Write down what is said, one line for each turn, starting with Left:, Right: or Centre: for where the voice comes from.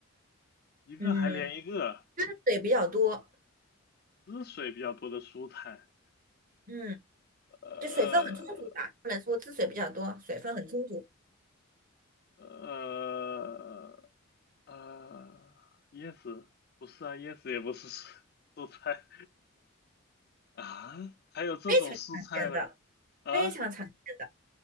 Left: 一个还连一个，
Right: 嗯，汁水比较多，
Left: 不是水比较多的蔬菜，
Right: 嗯，
Left: 呃
Right: 就水分很充足吧，不能说汁水比较多，水分很充足，
Left: 呃。呃呃，椰子不是啊，椰子也不是蔬蔬菜 <laughs> 啊，还有这种蔬菜呢？
Right: 非常常见的，
Left: 啊，
Right: 非常常见的。